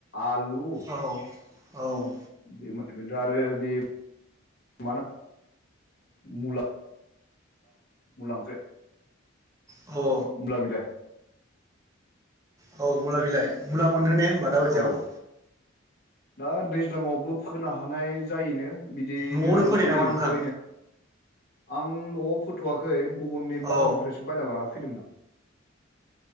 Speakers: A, on the left; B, on the right.
A: आलु
B: औ औ।
A: <unintelligible> आरो बे मा मुला मुला ओंख्रै
B: औ
A: मुला बिलाइ
B: औ मुला बिलाइ मुला मोनो ने दा बायदियाव
A: औ दा दैज्लाङावबो फोनो हानाय जायोनो। बिदियैनो
B: न'आवनो
A: आरो
B: फोनाय
A: जोलै
B: नामा नोंथां
A: ओंखारबायनो। आं न'आव फोथ'वाखै गुबुननि
B: औ
A: बाजारनिफ्रायसो बायना लाना फैदोंमोन आं। <inaudible>